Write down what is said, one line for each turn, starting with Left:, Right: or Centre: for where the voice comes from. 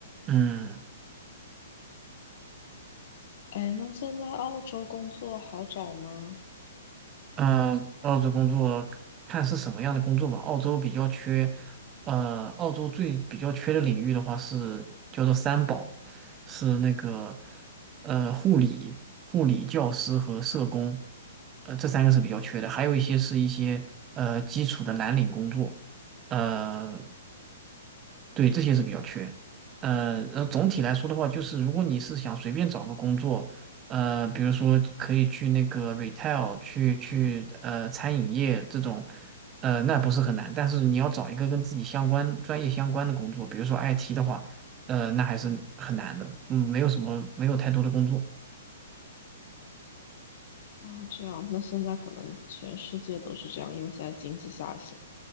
Right: 嗯。
Left: 哎，那现在澳洲工作好找吗？
Right: 嗯，呃澳洲工作看是什么样的工作吧。澳洲比较缺，呃，澳洲最比较缺的领域的话是叫做三宝，是那个呃护理、护理教师和社工，呃这三个是比较缺的。还有一些是一些呃基础的蓝领工作，呃对，这些是比较缺。呃，呃，总体来说的话，就是如果你是想随便找个工作，呃，比如说可以去那个 retail，去去呃餐饮业这种，呃，那不是很难。但是你要找一个跟自己相关、专业相关的工作，比如说 IT 的话，呃，那还是很难的。嗯，没有什么，没有太多的工作
Left: 啊，这样，那现在可能全世界都是这样，因为现在经济下行。